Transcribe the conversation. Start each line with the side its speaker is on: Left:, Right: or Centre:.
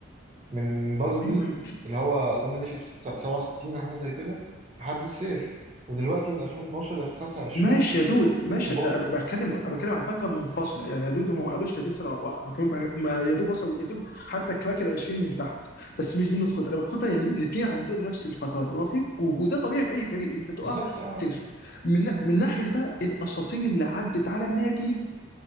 Right: من بازلي
Left: ايوه
Right: اللي هو أظن مشي في الس- 67 أو حاجة زي كده لحد السير ودلوقتي من 2012 ل 2025
Left: ماشي يا دود
Right: اتنين
Left: ماشي
Right: كبار
Left: أ- بتكلم بتكلم على فتره منفصله يعني يا دود هم ما قعدوش 30 سنه ورا بعض ما كانوا- ما- ما- يا دوب وصل يا دوب حتى كراك ال 20 من تحت بس مش دي النقطه انا بقتنع ان الاثنين عندهم نفس الفترات اللي هو في فجوه وده طبيعي في اي فريق انت تقع
Right: بالظبط اه
Left: بتكسب من نا- من ناحيه بقى الاساطير اللي عدت على النادي